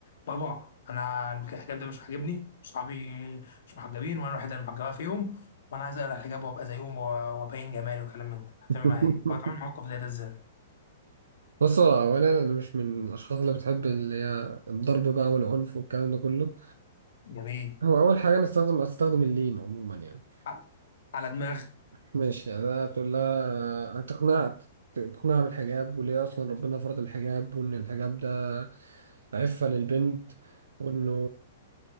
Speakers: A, on the left; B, on the right.
A: بابا انا الحجاب ده مش عاجبني صحابي مش محجبين وانا الوحيده اللي محجبه فيهم وانا عايز اقلع الحجاب وابقى زيهم و- وابين جمالي وكلام من ده هتعمل
B: <laughs>
A: معايا ايه؟ او تعمل موقف زي ده ازاي؟
B: بص هو اولا انا مش من الاشخاص اللي بتحب اللي هي الضرب بقى والعنف والكلام ده كله
A: جميل
B: هو اول حاجه انا استخدم استخدم اللين عموما يعني
A: ع- على دماغ
B: ماشي ده تقول لها هتقنع تقنعها بالحجاب وليه اصلا ربنا فرض الحجاب وان الحجاب ده عفه للبنت وانه